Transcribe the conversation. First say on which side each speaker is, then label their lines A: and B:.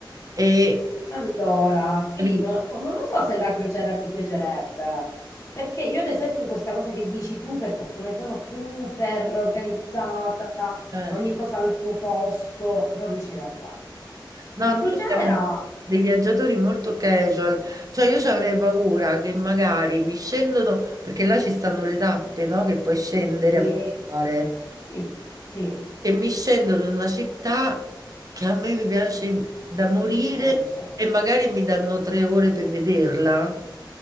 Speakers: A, on the right; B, on the left.
A: E
B: Allora, sì,
A: capi-
B: no- fo- non lo so se la crociera ti piacerebbe, perché io ad esempio questa cosa che dici tu, per come sono super organizzata,
A: eh.
B: ogni cosa al suo posto, non riuscirei a farla.
A: No,
B: La
A: noi
B: crociera,
A: siamo dei viaggiatori molto casual, cioè io ci avrei paura che magari mi scendono, perché là ci stanno le tappe, no? Che puoi scendere
B: sì,
A: a visitare.
B: sì, sì,
A: e mi scendono in una città che a me mi piace da morire
B: eh, lo so.
A: e magari mi danno tre ore per vederla.